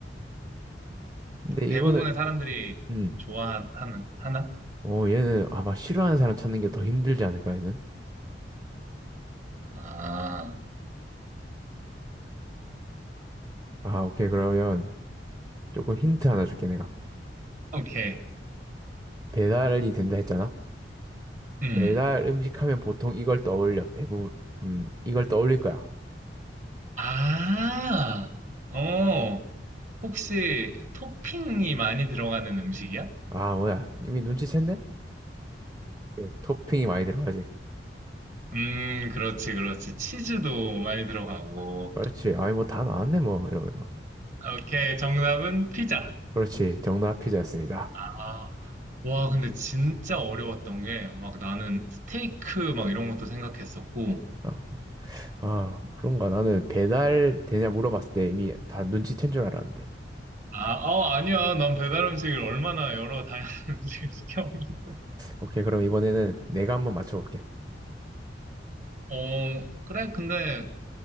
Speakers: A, on the right; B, on the right.
A: 음,
B: 근데
A: 대부분의
B: 이거는
A: 사람들이
B: 음.
A: 좋아하는, 하나?
B: 어, 얘는 아마 싫어하는 사람 찾는 게 더 힘들지 않을까, 얘는?
A: 아,
B: 아, 오케이. 그러면 조금 힌트 하나 줄게, 내가.
A: 오케이.
B: 배달이 된다 했잖아?
A: 음.
B: 배달 음식 하면 보통 이걸 떠올려. 대부분, 음, 이걸 떠올릴 거야.
A: 아, 어, 혹시 토핑이 많이 들어가는 음식이야?
B: 아, 뭐야. 이미 눈치챘네? 네 토핑이 많이 들어가지.
A: 음, 그렇지, 그렇지. 치즈도 많이 들어가고.
B: 그렇지. 아니, 뭐 다 나왔네, 뭐. 이러면.
A: 오케이, 정답은 피자.
B: 그렇지. 정답 피자였습니다.
A: 아, 와, 근데 진짜 어려웠던 게, 막 나는 스테이크 막 이런 것도 생각했었고.
B: 어. 아, 그런가. 나는 배달 되냐 물어봤을 때 이미 다 눈치챈 줄 알았는데.
A: 아, 어, 아니야. 난 배달 음식을 얼마나 여러 다양한 <laughs> 음식을 시켜 먹는
B: 오케이. 그럼 이번에는 내가 한번 맞춰볼게.
A: 어, 그래, 근데,